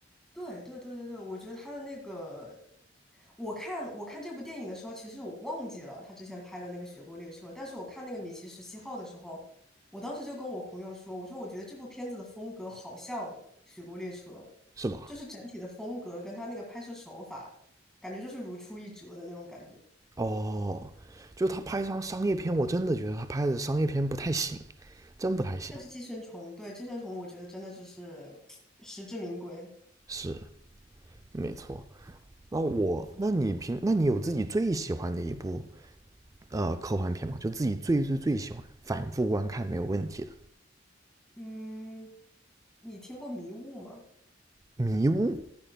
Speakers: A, in the centre; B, on the right (about 20°).
A: 对对对对对，我觉得他的那个，我看我看这部电影的时候，其实我忘记了他之前拍的那个《雪国列车》，但是我看那个《米奇十七号》的时候，我当时就跟我朋友说，我说我觉得这部片子的风格好像《雪国列车》，
B: 是吧？
A: 就是整体的风格跟他那个拍摄手法，感觉就是如出一辙的那种感觉。
B: 哦，就是他拍张商业片，我真的觉得他拍的商业片不太行，真不太行。
A: 但是《寄生虫》对《寄生虫》，我觉得真的就是 <tsk> 实至名归。
B: 是，没错。那我，那你平，那你有自己最喜欢的一部呃科幻片吗？就自己最最最喜欢，反复观看没有问题的。
A: 嗯，你听过《迷雾》吗？
B: 迷雾